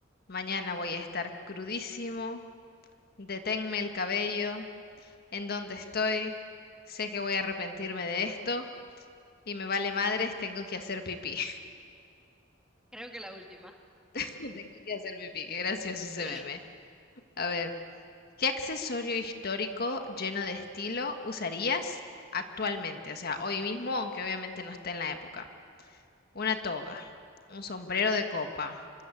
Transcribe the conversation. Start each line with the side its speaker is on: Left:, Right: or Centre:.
Left: mañana voy a estar crudísimo, deténme el cabello, ¿en dónde estoy? Sé que voy a arrepentirme de esto y me vale madres, tengo que hacer pipí.
Centre: Creo que la última. <laughs>
Left: <laughs> Tengo que hacer pipí, qué gracioso ese
Centre: Sí.
Left: meme. A ver. ¿Qué accesorio histórico lleno de estilo usarías actualmente? O sea, hoy mismo, aunque obviamente no esté en la época. Una toga, un sombrero de copa,